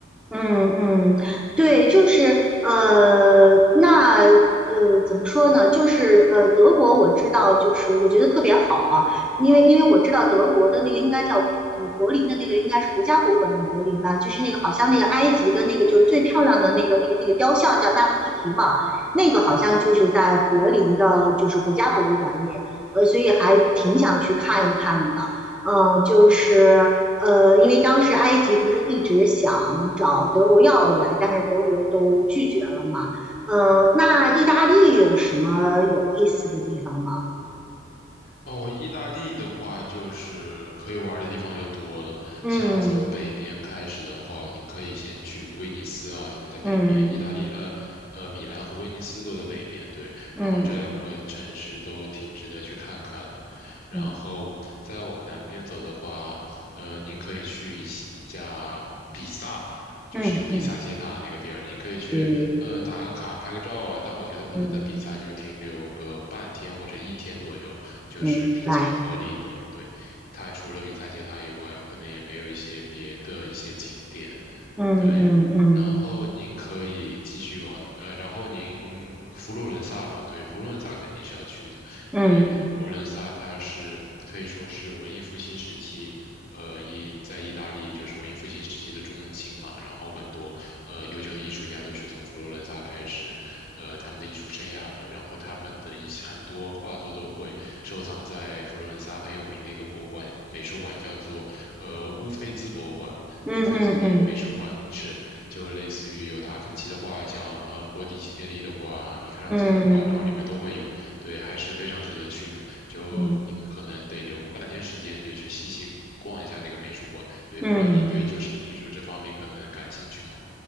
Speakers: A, in the centre; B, on the left.
A: 嗯嗯，对，就是呃，那呃，怎么说呢？就是呃，德国我知道，就是我觉得特别好啊，因为因为我知道德国的那个应该叫呃柏林的那个应该是国家博物馆的柏林吧，就是那个好像那个埃及的那个就是最漂亮的那个那个那个雕像叫纳夫提提嘛，那个好像就是在柏林的，就是国家博物馆里，呃，所以还挺想去看一看的。嗯，呃就是呃，因为当时埃及不是一直想找德国要回来，但是德国都拒绝了嘛。呃，那意大利有什么有意思的地方吗？
B: 哦，意大利的话，就是可以玩儿的地方就多了。
A: 嗯
B: 像从北边开始的话，您可以先去威尼斯啊，因为在北边，
A: 嗯
B: 意大利呃呃米兰和威尼斯都在北边，对。
A: 嗯
B: 然后这两个城市都挺值得去看看的。然后再往南边走的话，
A: 嗯
B: 呃，您可以去一下比萨，就是有比萨斜塔那个地儿，
A: 嗯嗯，
B: 你可以去呃打个卡拍个照啊。
A: 对，
B: 但我觉得可能在比萨就停留个半天或者一天左右，
A: 嗯，
B: 就是比较合理的。
A: 明白。
B: 对，它除了比萨斜塔以外，可能也没有一些别的一些景点。
A: 嗯嗯嗯
B: 对，然后您可以继续往呃，然后您佛罗伦萨吧，对，佛罗伦萨肯定是要去的，
A: 嗯
B: 对，佛罗伦萨它是可以说是文艺复兴时期，呃，意在意大利就是文艺复兴时期的中心嘛，然后很多呃优秀的艺术家都是从佛罗伦萨开始，呃，他们的艺术生涯的，然后他们的一些很多画作都会收藏在佛罗伦萨很有名的一个博物馆美术馆，叫做呃乌菲兹博物馆。
A: 嗯嗯嗯
B: 无非字母美术馆是，就类似于有达芬奇的画像，呃，波提切利的画，米开朗基罗的画，
A: 嗯
B: 然后里面都会有，对，还是非常值得去的。就您可能得留个半天时间，
A: 嗯嗯嗯。嗯嗯
B: 就去细细逛一下那个美术馆。对，
A: 嗯
B: 不知道您对就是艺术这方面可能感兴趣吗？